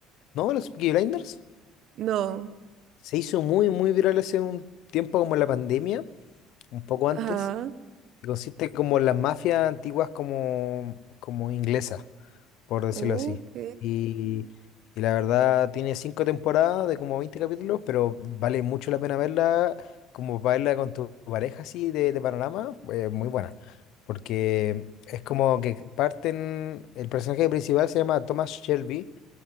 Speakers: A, on the left; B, on the right.
A: ¿No? ¿Los Peaky Blinders?
B: No.
A: Se hizo muy, muy viral hace un tiempo como en la pandemia, un poco antes.
B: Ajá,
A: que consiste como en las mafias antiguas como, como inglesas, por decirlo
B: ok.
A: así. Y, y la verdad tiene cinco temporadas de como 20 capítulos, pero vale mucho la pena verla, como para verla con tu pareja así de, de panorama, eh, muy buena. Porque es como que parten, el personaje principal se llama Thomas Shelby